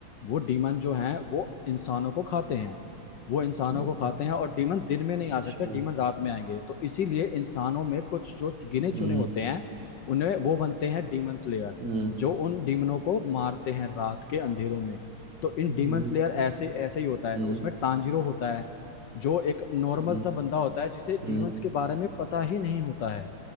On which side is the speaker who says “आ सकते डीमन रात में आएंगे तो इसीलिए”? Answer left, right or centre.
Left